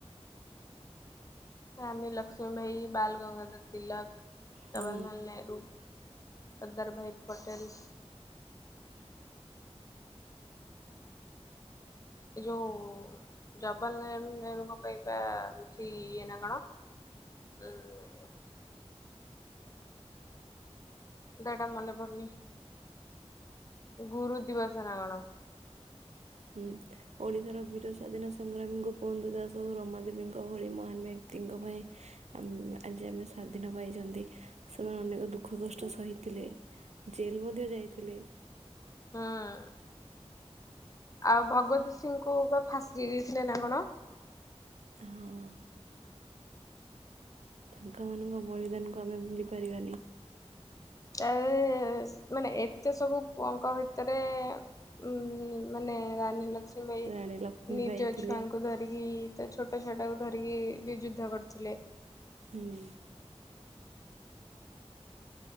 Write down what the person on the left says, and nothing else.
ରାନୀଲକ୍ଷ୍ମୀବାଇ, ବାଲଗଙ୍ଗାଧର ତିଲକ,
ଜବାହରଲାଲ ନେହରୁ ସରଦାରଭାଇ ପଟେଲ ଏଇ ଯୋଉ ଜବାଲାଲ ନେହେରୁଙ୍କ ପାଇଁ ପା ହଉଛି ଇଏ ନା କଣ ହମ୍ମ ନା ନା ମନେ ପଡୁନି ଗୁରୁ ଦିବସନା କଣ
ହଁ, ଆଉ ଭଗବତ ସିଂହଙ୍କୁ ଫାଶ ଦେଇ ଦେଇଥିଲେନା କଣ?
ତା ମାନେ ଏତେ ସବୁ ପୁଅଙ୍କ ଭିତରେ ଉଁ ମାନେ ରାନୀ ଲକ୍ଷ୍ମୀ ବାଇ
ନିଜ
ଛୁଆଙ୍କୁ ଧରିକି ଏଛୋଟ ଛୁଆଟାକୁ ଧରିକିବି ଯୁଦ୍ଧ କରୁଥିଲେ